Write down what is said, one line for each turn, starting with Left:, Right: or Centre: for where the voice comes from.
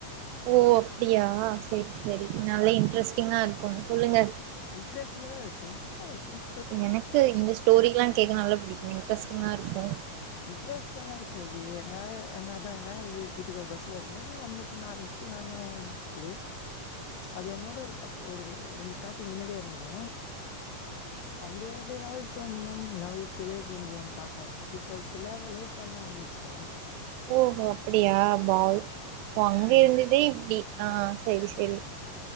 Right: ஓ அப்டியா செரி செரி நல்லா இன்ட்ரெஸ்டிங்கா இருக்குன் சொல்லுங்க
Left: இன்ட்ரெஸ்ட்டிங்காதா சும்மா சிம்
Right: எனக்கு இந்த ஸ்டோரியெல்லா கேக்க நல்லா புடிக்குமே இன்ட்ரெஸ்டிங்கா இருக்கு
Left: இன்ட்ரெஸ்ட்டால்லா இருக்காது எங்க ஆயா எங்கதா எங்க ஆயா வீட்டுக்கு ஒரு பஸ்ல வரும்போது அந்த பொண்ணு அ வீட்ல நானு அந்த ஸ்கூலு அது என்னோட ஒரு பக் ஒரு ரெண்டு ஸ்டாபிங்கு மின்னாடியே எறங்கிடு அப்டி அப்டி லெவல்த் வந்தோ லெவல்த்லயே கொஞ்சோ பாக்க ஆரம் செரி டுவெல்த்துல லவ் பண்ண ஆரம்பிச்சுடு
Right: ஓஹோ அப்டியா வாவ் அங்க
Left: ம்
Right: இருந்துட்டே இப்டி ஆ செரி செரி